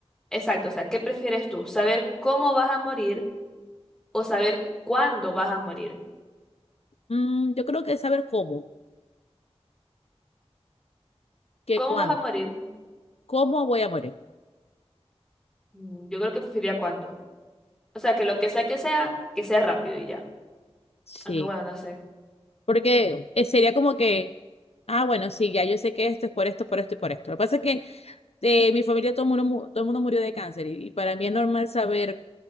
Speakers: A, in the centre; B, on the left.
A: Exacto, o sea, ¿qué prefieres tú? ¿Saber cómo vas a morir o saber cuándo vas a morir?
B: Mm, yo creo que saber cómo, que
A: ¿Cómo
B: cuándo,
A: vas a morir?
B: cómo voy a morir.
A: Mm, Yo creo que preferiría cuándo. O sea, que lo que sea que sea, que sea rápido y ya.
B: Sí,
A: Aunque bueno, no sé.
B: porque eh, sería como que, ah, bueno, sí, ya yo sé que esto es por esto, por esto y por esto. Lo que pasa es que de mi familia todo el mundo, mu- todo el mundo murió de cáncer y, y para mí es normal saber,